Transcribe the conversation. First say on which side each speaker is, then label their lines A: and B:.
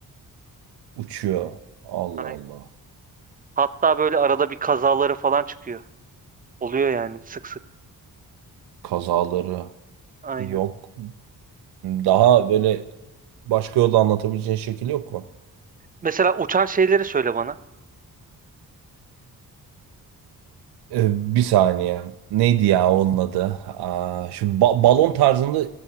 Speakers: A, on the right (about 80°); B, on the right (about 20°).
A: Uçuyor. Allah
B: Aynen.
A: Allah.
B: Hatta böyle arada bir kazaları falan çıkıyor. Oluyor yani sık sık.
A: Kazaları
B: Aynen.
A: yok. Daha böyle başka yolda anlatabileceğin şekil yok mu?
B: Mesela uçan şeyleri söyle bana.
A: Ee, bir saniye. Neydi ya onun adı? Aa, şu ba- balon tarzında